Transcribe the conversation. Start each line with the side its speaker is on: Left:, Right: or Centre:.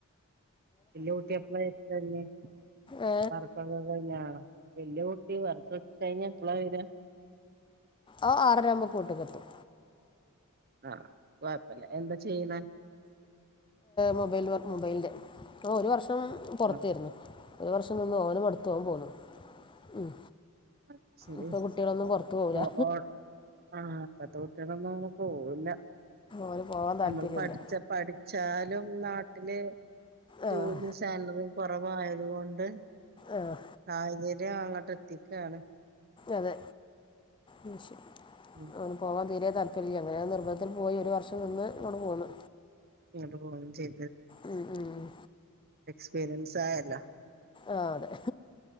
Right: ഇന്നൂട്ടി അപ്പ്ലൈ <unintelligible>
Left: ഏ
Right: വർക്കൊള്ളത് ഞാ വല്യ കുട്ടി വർക്കൊക്കെ കഴിഞ്ഞ് എപ്പളാ വര്വാ
Left: ഓ ആറരാകുമ്പോ കൂട്ട്കെത്തും
Right: ആഹ് കൊഴപ്പല്ല എന്താ ചെയ്യ്ണേ
Left: മൊബൈൽ മൊബൈലിൻ്റെ ഓഹ് ഒരു വർഷം <unintelligible> പൊറത്തേര്ന്നു
Right: ആഹ്
Left: ഒരു വർഷം നിന്ന് ഓനു മടുത്തു ഓൻ പോന്നു ഉം
Right: അത് ശരി
Left: ഇപ്പൊ കുട്ടികളൊന്നും പൊർത്തു പോവൂലാ
Right: ഓ ഓ ആഹ് ഇപ്പത്തെ കുട്ട്യാളൊന്നും അങ്ങനെ പോവില്ല
Left: ഓന് പോകാൻ താല്പര്യമില്ല
Right: നമ്മള് പഠിച്ച പഠിച്ചാലും ന്നാട്ടില്
Left: ആഹ്
Right: ജോലിയും സാലറിയും കുറവായത്കൊണ്ട്
Left: ആഹ്
Right: സാഹചര്യം അങ്ങട്ട് എത്തിക്കാണ്
Left: അതെ ഉം ശരി
Right: ഉം
Left: ഓന് പോവാൻ തീരെ താല്പര്യല്ല അങ്ങനെ ആ നിർബന്ധം പോയി ഒരു വർഷം നിന്ന് ഇങ്ങോണ്ട് പോന്ന്
Right: ങ്ങണ്ട് പോരും ചെയ്
Left: ഉം ഉം ഉം
Right: എക്സ്പീരിയൻസ് ആയല്ലോ
Left: ആഹ് തെ.